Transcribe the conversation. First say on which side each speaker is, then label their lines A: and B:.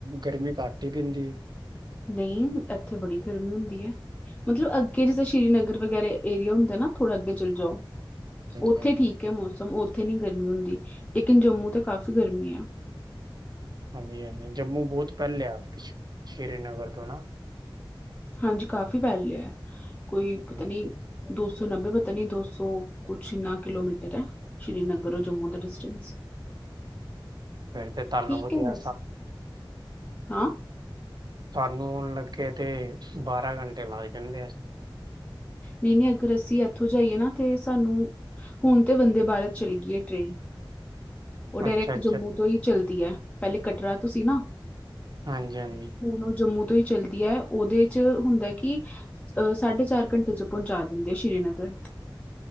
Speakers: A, on the right; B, on the left.
A: ਗਰਮੀ ਘਟ ਹੀ ਪੈਂਦੀਏ
B: ਨਹੀਂ ਇੱਥੇ ਬੜੀ ਗਰਮੀ ਹੁੰਦੀ ਹੈ ਮਤਲਬ ਅੱਗੇ ਜਿੱਥੇ ਸ਼੍ਰੀਨਗਰ ਵਗੈਰਾ ਏਰੀਆ ਹੁੰਦਾ ਨਾ ਥੋੜਾ ਅੱਗੇ ਚਲੇ ਜਾਓ
A: ਹਾਂਜੀ
B: ਉੱਥੇ
A: ਹਾਂਜੀ
B: ਠੀਕ ਹੈ ਮੌਸਮ ਉੱਥੇ ਨਹੀਂ ਗਰਮੀ ਹੁੰਦੀ ਲੇਕਿਨ ਜੰਮੂ ਤੇ ਕਾਫ਼ੀ ਗਰਮੀ ਆ
A: ਹਾਂਜੀ -ਹਾਂਜੀ ਜੰਮੂ ਬਹੁਤ ਪਹਿਲੇ ਆ ਸ਼੍ਰੀਨਗਰ ਤੋਂ ਨਾ
B: ਹਾਂਜੀ ਕਾਫ਼ੀ ਪੈਲਿਹੇ ਕੋਈ ਪਤਾ
A: ਹਮ,
B: ਨੀ ਦੋ ਸੌ ਨੱਬੇ ਪਤਾ ਨੀ ਦੋ ਸੌ ਕੁਛ ਇੰਨਾ ਕਿਲੋਮੀਟਰ ਹੈ ਸ੍ਰੀਨਗਰ ਜੰਮੂ ਦਾ ਡਿਸਟੈਂਸ
A: ਫਿਰ ਤੇ ਤੁਹਾਨੂੰ
B: ਠੀਕ
A: ਵਧੀਆ
B: ਹੈ ਬਸ
A: ਸਾ-
B: ਹਾਂ
A: ਸਾਨੂੰ ਲੱਗੇ ਨੇ ਬਾਰਾਂ ਘੰਟੇ ਲੱਗ ਜਾਂਦੇ ਆ
B: ਨਹੀਂ -ਨਹੀਂ ਅਗਰ ਅਸੀਂ ਇੱਥੋਂ ਜਾਈਏ ਨਾ ਤੇ ਸਾਨੂੰ ਹੁਣ ਤੇ ਵੰਦੇ ਭਾਰਤ ਚਲੀ ਗਈ ਏ ਟ੍ਰੇਨ ਉਹ ਡਾਇਰੈਕਟ
A: ਅੱਛਾ ਅੱਛਾ
B: ਜੰਮੂ ਤੋਂ ਹੀ ਚੱਲਦੀ ਹੈ ਪਹਿਲੇ ਕਟਰਾ ਤੋਂ ਸੀ ਨਾ
A: ਹਾਂਜੀ -ਹਾਂਜੀ
B: ਹੁਣ ਉਹ ਜੰਮੂ ਤੋਂ ਹੀ ਚੱਲਦੀ ਹੈ ਉਹਦੇ ਚ ਹੁੰਦਾ ਕਿ ਅਹ ਸਾਢੇ ਚਾਰ ਘੰਟੇ ਚ ਪਹੁੰਚਾ ਦਿੰਦੇ ਸ਼੍ਰੀਨਗਰ